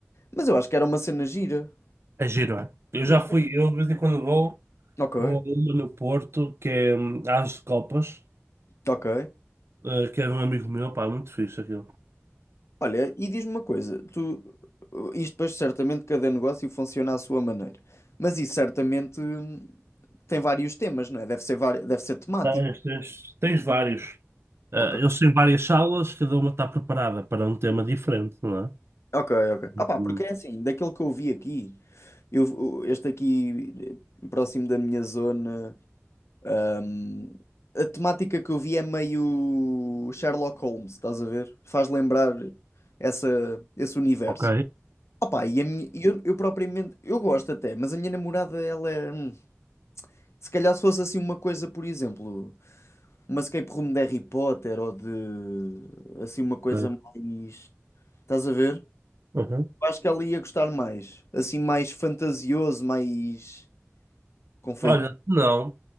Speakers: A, on the left; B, on the right.
A: Mas eu acho que era uma cena gira.
B: É giro, é? Eu
A: Porque-
B: já fui, eu de vez em quando vou.
A: Ok,
B: Vou a uma no Porto, que é hum, As de Copas,
A: ok.
B: eh, que é de um amigo meu, pá, muito fixe aquilo.
A: Olha, e diz-me uma coisa, tu, isto depois certamente cada negócio funciona à sua maneira, mas isso certamente hum, tem vários temas, não é? Deve ser, vari- deve ser temático.
B: Tens, tens, tens vários. Eh,
A: Ok,
B: eles têm várias salas, cada uma está preparada para um tema diferente, não é?
A: ok, ok.
B: Hum,
A: Ah pá, porque é assim, daquilo que eu vi aqui, eu, o- este aqui eh, próximo da minha zona, ahm, a temática que eu vi é meio Sherlock Holmes, estás a ver? Faz lembrar essa, esse universo.
B: Ok,
A: Ah pá, e a minha, e eu, eu propriamente, eu gosto até, mas a minha namorada, ela é, hum, se calhar se fosse assim uma coisa, por exemplo, uma escape room de Harry Potter ou de, assim, uma coisa
B: ok.
A: mais, estás a ver?
B: Uhum.
A: Eu Acho que ela ia gostar mais. Assim, mais fantasioso, mais confeito.
B: Olha, não,